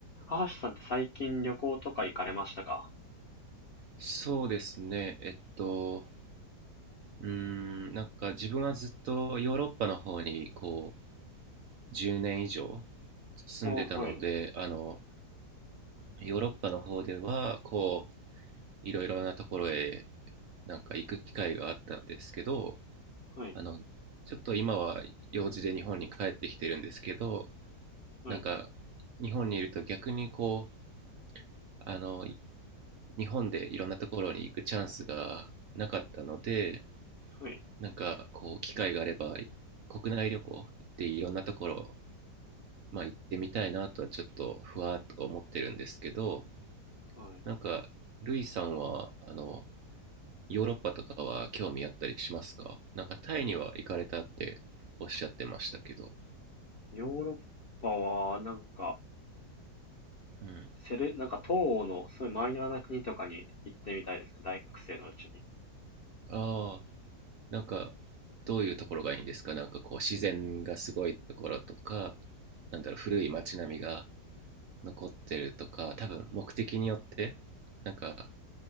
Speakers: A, on the left; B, on the right.
A: 高橋さんって最近旅行とか行かれましたか
B: そうですね。えっと、うーん、なんか自分はずっとヨーロッパの方にこう10年以上住んでたので、
A: あはい、
B: あの、ヨーロッパの方ではこういろいろなところへなんか行く機会があったんですけど、
A: はい、
B: あの、ちょっと今は用事で日本に帰ってきてるんですけど、
A: はい、
B: なんか日本にいると逆にこう、あの、日本でいろんなところに行くチャンスがなかったので、
A: はい、
B: なんかこう機会があれば国内旅行っていろんなところ、まあ、行ってみたいなとはちょっとふわっと思ってるんですけど
A: はい。
B: なんかルイさんはあのヨーロッパとかは興味あったりしますかなんかタイには行かれたっておっしゃってましたけど、
A: ヨーロッパは、なんか、
B: うん、
A: セル、なんか東欧のすごいマイナーな国とかに行ってみたいですね、大学生のうちに。
B: ああなんかどういうところがいいんですかなんかこう自然がすごいところとかなんだろう古い街並みが残ってるとか多分目的によってなんか